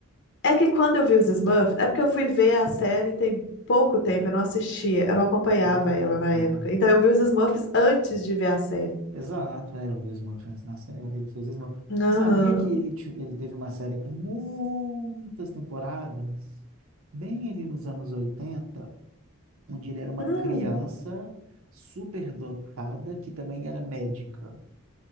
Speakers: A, on the left; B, on the right.
A: É que quando eu vi os Smurfs, é porque eu fui ver a série tem pouco tempo, eu não assistia, eu não acompanhava
B: Ah,
A: ela na
B: tá.
A: época. Então eu vi os Smurfs antes de ver a série.
B: Exato, é, eu vi o Smurf antes na série, ele fez Smurf.
A: Aham.
B: Você sabia que ele, ti- ele teve uma série com muitas temporadas? Bem ali nos anos 80, onde ele era uma
A: Hum,
B: criança superdotada que também era médica.